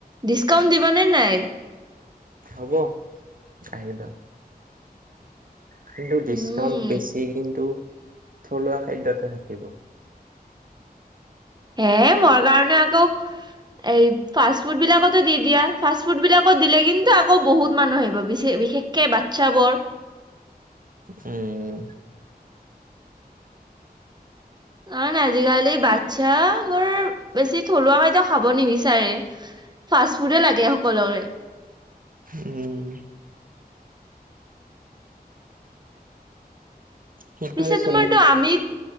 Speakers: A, on the right (about 25°); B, on the right (about 60°).
A: ডিচকাউণ্ট দিব নে নাই?
B: হব আহিবা। কিন্তু ডিছকাউন্ট
A: উম
B: বেছি কিন্তু। থলুৱা খাদ্যতহে থাকিব।
A: হে মোৰ কাৰণে আকৌ এই ফাষ্ট ফুড বিলাকতো দি দিয়া। ফাষ্ট ফুড বিলাকত দিলে কিন্তু আকৌ বহুত মানুহ আহিব বিশে বিশেষকে বাচ্ছাবোৰ।
B: উম।
A: কাৰণ আজিকালি বাচ্ছা মোৰ বেছি থলুৱা খাদ্য খাব নিবিচাৰে, ফাষ্ট ফুডে লাগে সকলোৰে।
B: উম। সিটোৱে
A: পিছে
B: চলি
A: তোমাৰটো আমি